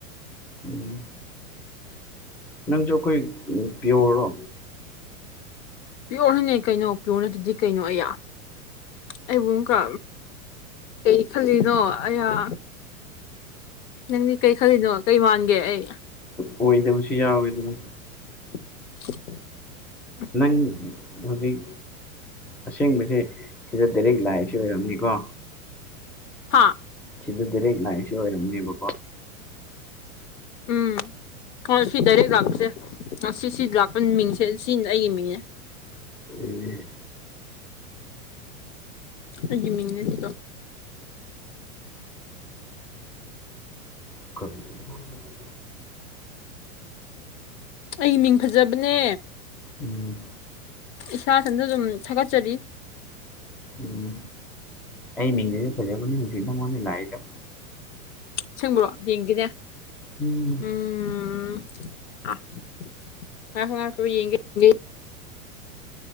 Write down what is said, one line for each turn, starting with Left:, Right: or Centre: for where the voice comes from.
Centre: ꯎꯝ ꯅꯪꯁꯨꯈꯣꯏ ꯄꯤꯌꯣꯔꯔꯣ
Left: ꯄꯤꯌꯣꯔ ꯍꯅꯦ ꯀꯩꯅꯣ ꯄꯤꯌꯣꯔꯅ ꯑꯗꯨꯗꯤ ꯀꯩꯅꯣ ꯑꯩꯌꯥ ꯑꯩꯕꯨ ꯑꯃꯨꯛꯀ ꯀꯩ ꯈꯜꯂꯤꯅꯣ ꯑꯩꯍꯥꯛ ꯅꯪꯗꯤ ꯀꯔꯤ ꯈꯜꯂꯤꯅꯣ ꯀꯩ ꯃꯥꯟꯒꯦ ꯑꯩ
Centre: ꯑꯣꯏꯗꯕꯁꯨ ꯌꯥꯎꯋꯦꯗꯅ
Left: <unintelligible>
Centre: ꯅꯪ ꯍꯧꯖꯤꯛ ꯑꯁꯦꯡꯕꯁꯦ ꯁꯤꯗ ꯗꯥꯏꯔꯦꯛ ꯂꯥꯏꯁ ꯑꯣꯏꯔꯝꯅꯤꯀꯣ
Left: ꯍꯥꯥ
Centre: ꯁꯤꯗꯗꯤꯔ ꯂꯁꯨ ꯑꯣꯏꯔꯅꯤꯄ
Left: ꯎꯝ ꯍꯣꯏ ꯁꯤ ꯗꯥꯏꯔꯦꯛ ꯂꯥꯛꯄꯁꯦ ꯁꯤ ꯁꯤ ꯂꯥꯛꯄ ꯃꯤꯡꯁꯦ ꯁꯤꯅꯤ ꯑꯩꯒꯤ ꯃꯤꯡꯅꯦ
Centre: ꯎꯝ
Left: ꯑꯩꯒꯤ ꯃꯤꯡꯅꯦ ꯁꯤꯀꯣ
Centre: <inaudible>
Left: ꯑꯩ ꯃꯤꯡ ꯐꯖꯕꯅꯦ
Centre: ꯎꯝ
Left: ꯏꯁꯥ ꯁꯟꯗ ꯑꯗꯨꯝ ꯊꯥꯒꯠꯆꯔꯤ
Centre: ꯎꯝ ꯑꯩ ꯃꯤꯡꯦ ꯐꯖꯥꯅꯤ ꯎꯤꯗ ꯃꯥꯅ ꯂꯥꯛꯗ
Left: ꯁꯪꯕ꯭ꯔꯣ ꯌꯦꯡꯈꯤꯅꯦꯦ
Centre: ꯎꯝ
Left: ꯎꯝ ꯑ ꯀ ꯌꯦ